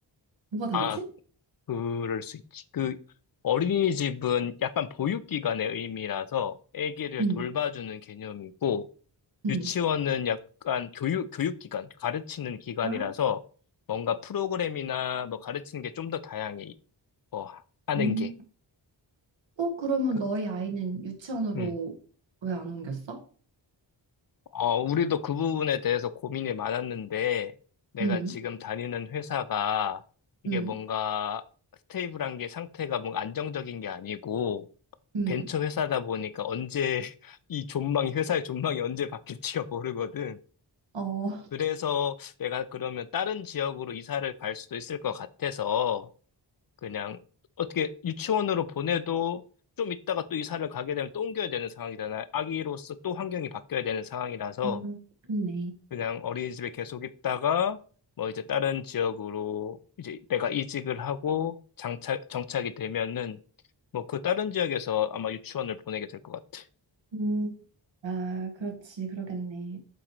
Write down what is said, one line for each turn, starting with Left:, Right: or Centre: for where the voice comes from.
Right: 뭐가 다르지?
Left: 아, 그럴 수 있지. 그 어린이집은 약간 보육기관의 의미라서 아기를
Right: 응.
Left: 돌봐주는 개념이고
Right: 응.
Left: 유치원은 약간 교육 교육기관, 가르치는 기관이라서
Right: 아,
Left: 뭔가 프로그램이나 뭐 가르치는 게 좀 더 다양해. 뭐 하는
Right: 음.
Left: 게.
Right: 어, 그러면
Left: 그,
Right: 너희 아이는 유치원으로
Left: 음.
Right: 왜 안 옮겼어?
Left: 어, 우리도 그 부분에 대해서 고민이 많았는데 내가
Right: 음,
Left: 지금 다니는 회사가 이게
Right: 음,
Left: 뭔가 스테이블한 게 상태가 뭔가 안정적인 게 아니고
Right: 음.
Left: 벤처 회사다 보니까 언제 <laughs> 이 존망이 회사의 존망이 언제 바뀔지가 <laughs> 모르거든.
Right: 어,
Left: 그래서 내가 그러면 다른 지역으로 이사를 갈 수도 있을 것 같아서 그냥 어떻게 유치원으로 보내도 좀 있다가 또 이사를 가게 되면 또 옮겨야 되는 상황이잖아. 아기로서 또 환경이 바뀌어야 되는 상황이라서
Right: 음, 좋네.
Left: 그냥 어린이집에 계속 있다가 뭐 이제 다른 지역으로 이제 내가 이직을 하고 장착, 정착이 되면은 뭐 그 다른 지역에서 아마 유치원을 보내게 될 것 같아.
Right: 음. 아, 그렇지, 그러겠네.